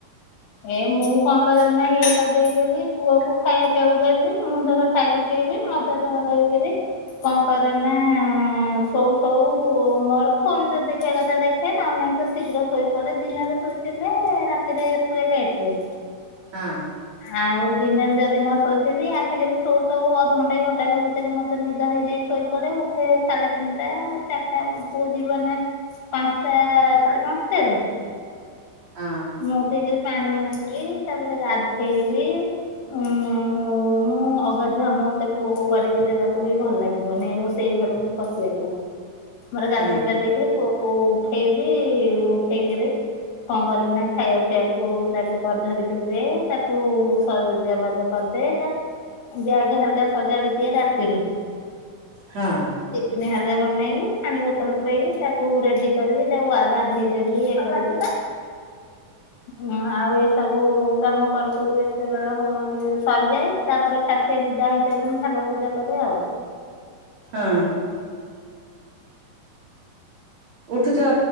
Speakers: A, on the left; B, on the right.
A: ଏ ମୁଁ କଣ କରେନା, ଇଏ କରିଦେଇକି ବି ପୁଅକୁ ଖାଇଆ ପିଇଆକୁ ଦେବି, ମୁଁ ଧର ଖାଇବି ପିଇବି ମଜା ଧୁଆ କରିକିରି କଣ କରେ ନା ଶୋଉ ଶୋଉ ମୋର, ଫୋନ୍ ଯଦି ଦେଖିବା କଥା ଦେଖ ଖେ ନନେ ନାଇଁ ତ ଶୀଘ୍ର ଶୋଇପଡେ, ଦିନରେ ଶୋଇଥିଲେ ରାତିରେ ଶୁଏ ଲେଟ୍ ରେ।
B: ହଁ।
A: ଆଉ ଦିନରେ ଯଦି ନ ଶୋଇଥିବି ଆସିକିରି ଶୋଉଶୋଉ ଅଧଘଣ୍ଟେ ଘଣ୍ଟାକ ଭିତରେ ମୋତେ ନିଦ ହେଇଯାଇ ଶୋଇପଡେ ଉଠେ ସାଢେ ତିନିଟା ଚାଟା ପୁଅ ଯିବ ନା ପାନ୍ସଟା ସାଢେ ପାନ୍ସଟାରେ।
B: ହଁ।
A: ମୁଁ ଉଠିକିରି ପାଣି ଆଣିବି, ତାପରେ ଗାଧେଇବି। ମୁଁ ମୁଁ ଅଗାଧୁଆ ମୌତେ ପୁଅକୁ କରିକି ଦେବାକୁ ବି ଭଲ ଲାଗିବନି। ଏ ରୋଷେଇ ଘରକୁ ପଶିଆକୁ। ମୋର ଗାଧେଇ
B: ହୁଁ
A: ପାଧେଇକିରି ପୁଅକୁ ଉଠେଇବି ଉଠେଇକିରି କଣ କରିବି ନା ଖାଇଆ ପିଇଆକୁ ତାକୁ କରି ଧରିି କିରି ଦେ ତାକୁ ସଜବାଜ କରିଦେ ତା ବ୍ୟାଗ୍ ହେରକା ସଜାଡି ଦିଏ ରାତିରୁ।
B: ହଁ
A: ଟିଫିନି ହେରକା ବନେଇବି, ପାଣି ବୋତଲ ପୁରେଇବି, ତାକୁ ରେଡି କରିବି। ତାକୁ ଆ, ଗାଧେଇ ଦେବି ଇଏ କରିବି ହଁ ଆଉ ଏ ସବୁ କାମ କରୁ କରୁ ଏତେ ବେଳ ହୋ ଇଏ ସରିଯାଏ। ତାପରେ ଚା ସିଏ ବିଦା ହେଇସାଇଲେ ମୁଁ ଠାକୁର ପୂଜା କରେ ଆଉ।
B: ହଁ। ଉଠୁଚ